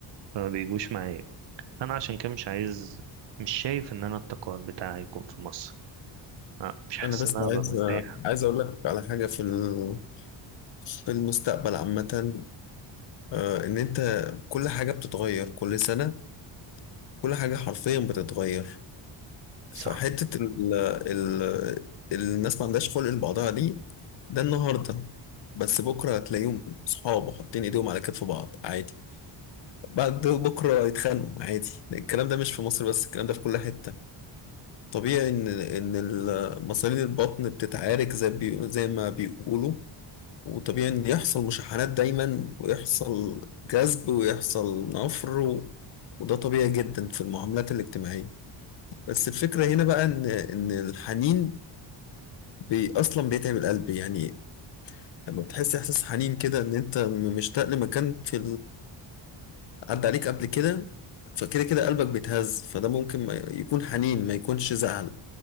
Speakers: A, on the right; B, on the left.
A: فما بيجوش معايا انا عشان كده مش عايز مش شايف ان انا التقاعد بتاعي يكون في مصر أه مش حاسس
B: انا بس
A: ان انا هبقى
B: عايز
A: مرتاح
B: عايز اقول لك على حاجة في ال- في المستقبل عامة آه، ان انت كل حاجة بتتغير كل سنة كل حاجة حرفيا بتتغير فحتة
A: صح
B: ال ال الناس ما عندهاش خلق لبعضها دي ده النهاردة بس بكرة هتلاقيهم صحاب وحاطين ايديهم على كتف بعض عادي بعد بكرة يتخانقوا عادي الكلام ده مش في مصر بس الكلام ده في كل حتة طبيعي إن إن ال- مصارين البطن بتتعارك زي بي زي ما بيقولوا وطبيعي إن يحصل مشاحنات دايما ويحصل جذب ويحصل نفر و... وده طبيعي جدا في المعاملات الاجتماعية بس الفكرة هنا بقى إن إن الحنين بي أصلا بيتعب القلب يعني لما بتحس إحساس حنين كده إن أنت مشتاق لمكان في عدى عليك قبل كده فكده كده قلبك بيتهز فده ممكن ما يكون حنين ما يكونش زعل